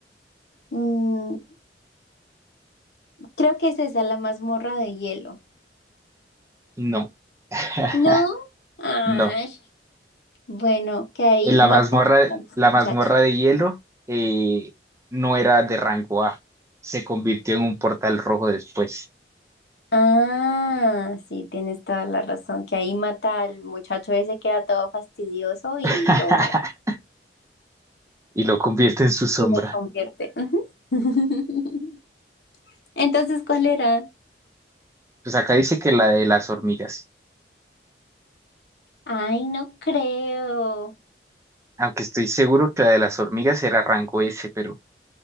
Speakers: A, on the left; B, on the right.
A: Mm, creo que es esa, la mazmorra de hielo.
B: No, <laughs>
A: ¿No? Ay,
B: no.
A: bueno, que ahí
B: Eh, la
A: mata
B: mazmorra,
A: al
B: la
A: muchacho.
B: mazmorra de hielo eh, no era de rango A. Se convirtió en un portal rojo después
A: Ah, sí, tienes toda la razón. Que ahí mata al muchacho ese que era todo fastidioso y
B: <laughs>
A: lo,
B: y lo convierte en su sombra.
A: y lo convierte. Ujú. <laughs> Entonces, ¿cuál era?
B: Pues acá dice que la de las hormigas.
A: Ay, no creo.
B: Aunque estoy seguro que la de las hormigas era rango S, pero